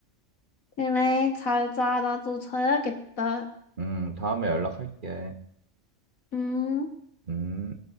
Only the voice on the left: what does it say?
그래, 잘 자. 나도 자야겠다.
음,